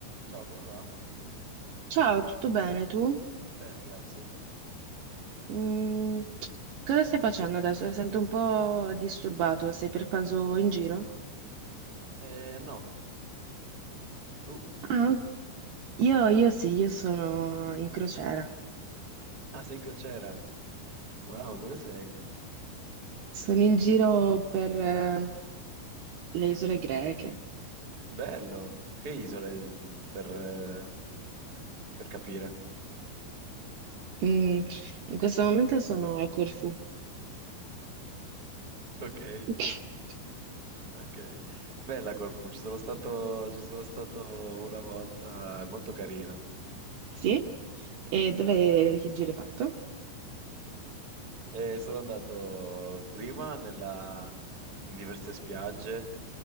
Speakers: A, on the right; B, on the right.
A: Ciao, come va?
B: Ciao, tutto bene tu?
A: Bene, grazie.
B: Mm, cosa stai facendo adesso? Sento un po' disturbato, sei per caso in giro?
A: Eh, no, tu?
B: Ah, ok. io, io sì, io sono in crociera.
A: Ah, sei crociera. Wow, dove sei?
B: Sono in giro per eh, le isole greche.
A: Bello. Che isole per, eh, per capire?
B: Mm, in questo momento sono a Corfù.
A: Ok,
B: <laughs>
A: ok. Bella Corfù, ci sono stato, ci sono stato una volta, è molto carina.
B: Sì? E dove, che giro hai fatto?
A: E sono andato prima nella- in diverse spiagge